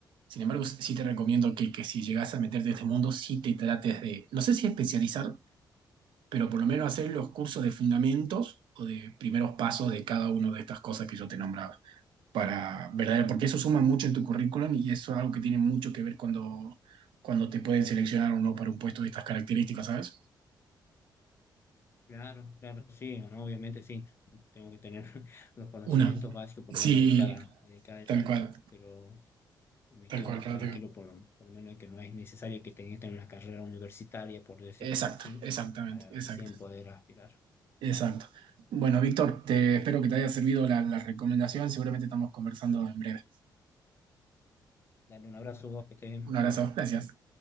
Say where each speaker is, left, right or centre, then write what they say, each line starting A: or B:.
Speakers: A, on the right; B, on the left.
A: sin embargo, sí te recomiendo que, que si llegas a meterte en este mundo, sí te trates de, no sé si especializar, pero por lo menos hacer los cursos de fundamentos o de primeros pasos
B: Ujú.
A: de cada una de estas cosas que yo te nombraba. Para, ¿verdad? Porque eso suma mucho en tu currículum y eso es algo que tiene mucho que ver cuando, cuando te pueden seleccionar o no para un puesto de estas características, ¿sabes?
B: Claro, claro, sí, no, obviamente sí, tengo que tener <laughs> los conocimientos
A: Una.
B: básicos por
A: Sí,
B: lo menos de cada, de cada etapa,
A: tal cual,
B: pero me
A: tal
B: quedo
A: cual,
B: más
A: pero
B: tranquilo por, lo- por lo menos de que no es necesario que tengas que tener una carrera universitaria, por decírtelo
A: Exacto,
B: así,
A: exactamente,
B: para recién
A: exacto,
B: poder aspirar.
A: exacto. Bueno, Víctor, te espero que te haya servido la, la recomendación. Seguramente estamos conversando en breve.
B: Dale un abrazo, vos, que estés bien.
A: Un abrazo, gracias.